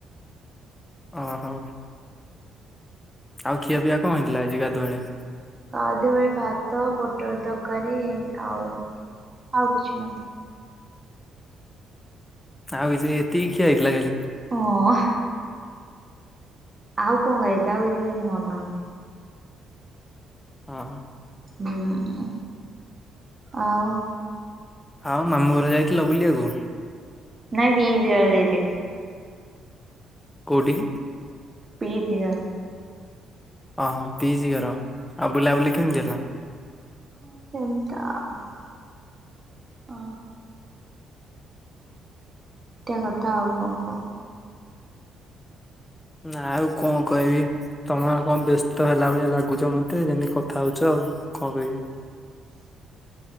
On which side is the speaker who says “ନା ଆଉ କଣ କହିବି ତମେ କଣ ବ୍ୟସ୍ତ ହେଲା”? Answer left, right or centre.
Left